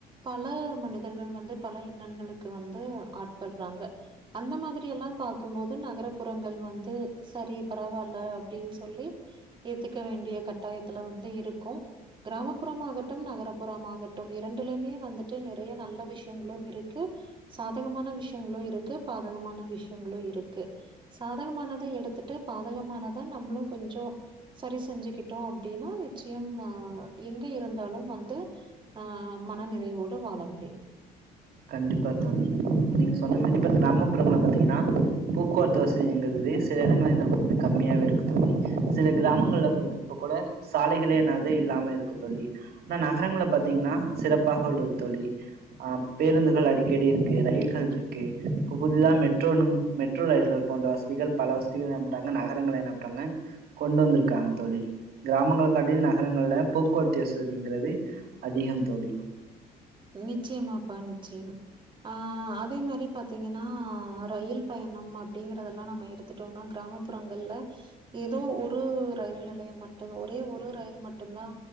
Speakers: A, on the right; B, on the right.
A: பல மனிதர்கள் வந்து பல இன்னல்களுக்கு வந்து ஆட்படுறாங்க அந்த மாதிரி எல்லா பாக்கும்போது நகரபுறங்கள் வந்து செரி பரவாயில்ல அப்படின்னு சொல்லி ஏத்துக்க வேண்டிய கட்டாயத்துல வந்து இருக்கும் கிராமப்புறமாகட்டும் நகர்புறமாகட்டும் இரண்டுலயுமே வந்துட்டு நிறைய நல்ல விஷயங்களு இருக்கு சாதகமான விஷயங்களு இருக்கு பாதகமான விஷயங்களு இருக்கு சாதகமானத எடுத்துட்டு பாதகமானத நம்மளு கொஞ்சோ சரி செஞ்சுக்கிட்டோ அப்படின்னா நிச்சயம் ஆ எங்க இருந்தாலும் வந்து ஆ மன நிறைவோடு வாழ முடியும்
B: கண்டிப்பா தோழி நீங்க சொன்ன மாரி இப்ப கிராமப்புறங்கள்ல பாத்தீங்கன்னா போக்குவரத்து வசதிங்கிறது சில இடங்கள்ல என்ன பண்து கம்மியாவே இருக்கு தோழி சில கிராமங்கள்ல இப்ப கூட சாலைகளே என்னது இல்லாம இருக்கு தோழி ஆனா நகரங்கள பாத்தீங்கன்னா சிறப்பாக உள்ளது தோழி அ பேருந்துகள் அடிக்கடி இருக்கு ரயில்கள் இருக்கு இப்போ புதிதா மெட்ரோ மெட்ரோ ரயில்கள் போன்ற வசதிகள் பல வசதிகள் என்ன பண்ணிடாங்க நகரங்கள என்ன பண்ணிடாங்க கொண்டு வந்திருக்காங்க தோழி கிராமங்கள காட்டி நகரங்கள்ல போக்குவரத்து வசதிங்கிறது அதிகத் தோழி
A: நிச்சயமாப்பா நிச்சயமா ஆ அதே மாரி பாத்தீங்கன்னா ரயில் பயண அப்டிங்கறதெல்லா நம்ம எடுத் துட்டோம்னா கிராமப்புறங்கள்ல ஏதோ ஒரு ரயில் நிலைய மட்டு ஒரே ஒரு ரயில் மட்டுந்தா